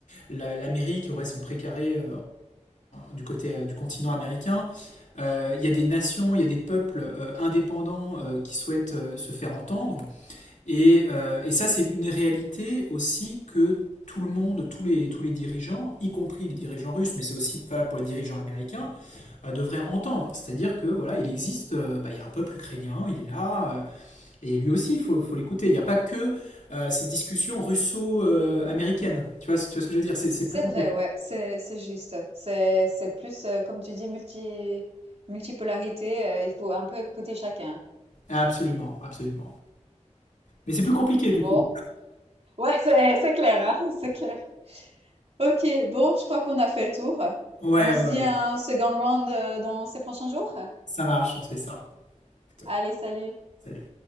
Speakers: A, on the left; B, on the right.
A: la- l'Amérique aurait son précaré du côté euh, du continent américain. Euh, Il y a des nations, il y a des peuples euh, indépendants euh, qui souhaitent euh, se faire entendre. Et, euh, et ça, c'est une réalité aussi que tout le monde, tous les, tous les dirigeants, y compris les dirigeants russes, mais c'est aussi valable pour les dirigeants américains, euh, devraient entendre. C'est-à-dire que voilà, il existe, euh, bah, il y a un peuple ukrainien, il est là, euh, et lui aussi, il faut, faut l'écouter. Il n'y a pas que euh, ces discussions russo-américaines. Tu vois, tu vois ce que je veux dire? C'est c'est
B: c'est
A: plus complexe.
B: vrai, ouais, c'est c'est juste. C'est c'est plus euh, comme tu dis multi multipolarité, euh, il faut un peu écouter chacun.
A: Absolument, absolument. Mais c'est plus compliqué du
B: Bon,
A: coup.
B: ouais, <laughs> c'est c'est clair, hein, <laughs> c'est clair. OK, bon, je crois qu'on a fait le tour.
A: Ouais,
B: On
A: ouais,
B: se dit
A: ouais.
B: un second round euh, dans ces prochains jours.
A: Ça marche, on se fait ça. Plutôt.
B: Allez, salut.
A: Salut.